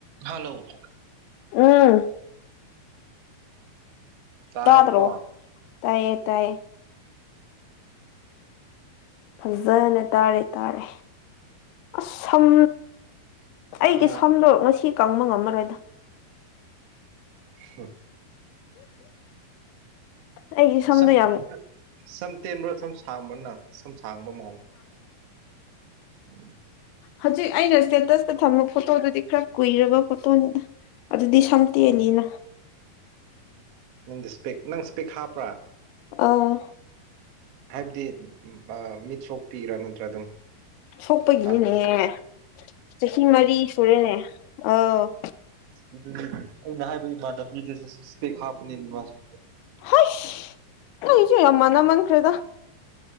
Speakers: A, on the right; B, on the left.
A: hello
B: ꯑꯥ
A: ꯇꯥꯏꯀꯣ
B: ꯇꯗ꯭ꯔꯣ ꯇꯥꯏꯌꯦ ꯇꯥꯏꯌꯦ ꯐꯖꯅ ꯇꯥꯔꯦ ꯇꯥꯔꯦ ꯑꯁ ꯁꯝ ꯑꯩꯒꯤ
A: ꯍꯥꯏꯌꯣ
B: ꯁꯝꯗꯣ ꯉꯁꯤ ꯀꯪꯕ ꯉꯝꯃꯔꯣꯏꯗ
A: ꯍꯨꯝ
B: ꯑꯩꯒꯤ ꯁꯝꯗꯣ
A: ꯁꯝ
B: ꯌꯥꯝ
A: ꯁꯝ ꯇꯦꯟꯕ꯭ꯔꯥ ꯁꯝ ꯁꯥꯡꯕ꯭ꯔ ꯅꯪ ꯁꯝ ꯁꯥꯡꯕ ꯃꯥꯂꯦ ꯎꯝ
B: ꯍꯧꯖꯤꯛ ꯑꯩꯅ ꯏꯁꯇꯦꯇꯁꯇ ꯊꯝꯕ ꯐꯣꯇꯣꯗꯨꯗꯤ ꯈꯔ ꯀꯨꯏꯔꯕ ꯐꯣꯇꯣꯅꯤꯗ ꯑꯗꯨꯗꯤ ꯁꯝ
A: ꯎꯝ
B: ꯇꯦꯂꯤꯅ
A: ꯅꯪꯗꯤ ꯏꯁꯄꯦꯛ ꯅꯪ ꯏꯁꯄꯦꯛ ꯍꯥꯞꯄ꯭ꯔꯥ
B: ꯑꯧ
A: ꯍꯥꯏꯕꯗꯤ ꯑ ꯃꯤꯠ ꯁꯣꯛ ꯄꯤꯔꯥ ꯅꯠꯇ꯭ꯔꯥ ꯑꯗꯨꯝ
B: ꯁꯣꯛꯄꯒꯤꯅꯤꯅꯦ
A: ꯍꯞꯄ꯭ꯔ
B: ꯆꯍꯤ ꯃꯔꯤ ꯁꯨꯔꯦ ꯑꯥꯎ
A: ꯑꯗꯨꯗꯤ ꯑꯩꯅ ꯍꯥꯏꯕ ꯏꯃꯥꯟꯅꯕꯤꯗꯨꯁꯨ ꯏꯁꯄꯦꯛ ꯍꯥꯞꯄꯅꯤꯅ ꯃꯥꯁꯨ
B: ꯍꯩꯁ ꯅꯪꯖꯤ ꯌꯥꯝ ꯃꯥꯅꯃꯟꯒ꯭ꯔꯦꯗ